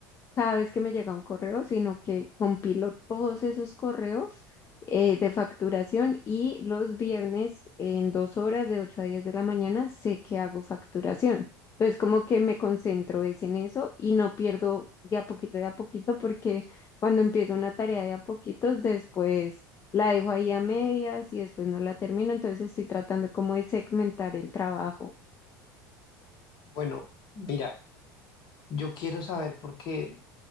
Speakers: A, on the left; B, on the left.
A: cada vez que me llega un correo, sino que compilo todos esos correos eh, de facturación y los viernes en dos horas de 8 a 10 de la mañana sé que hago facturación. Entonces como que me concentro es en eso y no pierdo de a poquito, de a poquito, porque cuando empiezo una tarea de a poquitos, después la dejo ahí a medias y después no la termino. Entonces estoy tratando como de segmentar el trabajo.
B: Bueno, mira, yo quiero saber porque